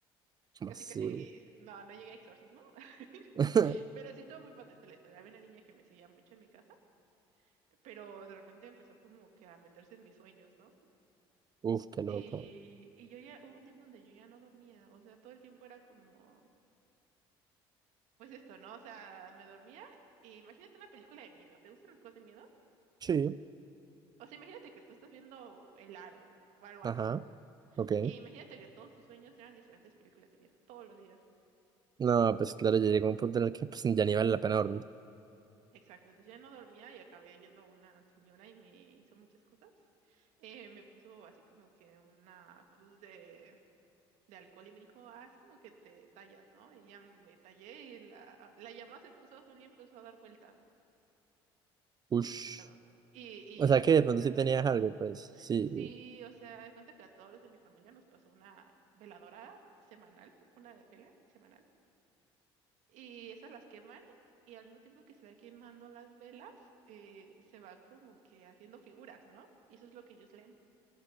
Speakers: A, on the right (about 30°); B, on the right (about 65°).
A: ¿Cómo
B: Casi,
A: así?
B: casi, no, no llegué a exorcismo, <laughs>
A: <laughs>
B: pero sí estuvo muy patente la historia. Había una niña que me seguía mucho en mi casa, pero de repente empezó como que a meterse en mis sueños, ¿no?
A: Uf, qué loco.
B: Y, y yo ya, hubo un tiempo donde yo ya no dormía, o sea, todo el tiempo era como, pues esto, ¿no? O sea, me dormía y imagínate una película de miedo, ¿te gustan las cosas de miedo?
A: Sí.
B: O sea, imagínate que tú estás viendo El Aro o algo
A: Ajá.
B: así.
A: Ok.
B: Y imagínate que todos tus sueños eran diferentes películas de miedo, todos los días.
A: No, pues claro, ya llegó un punto en el que pues ya ni vale la pena dormir.
B: Exacto, entonces ya no dormía y acabé yendo a una señora y me hizo muchas cosas. Eh, me puso así como que una cruz de, de alcohol y me dijo, ah, es como que te tallas, ¿no? Y ya me tallé y la, la llama se puso azul y empezó a dar vueltas.
A: Ush.
B: O sea, va. y,
A: O sea
B: y pues
A: que de
B: nos
A: pronto
B: pasaron.
A: sí tenías algo, pues sí.
B: Sí, o sea, de cuenta que a todos los de mi familia nos pasó una veladora semanal, una vela semanal. Y esas las queman y al mismo tiempo que se va quemando las velas, eh, se va como que haciendo figuras, ¿no? Y eso es lo que ellos leen.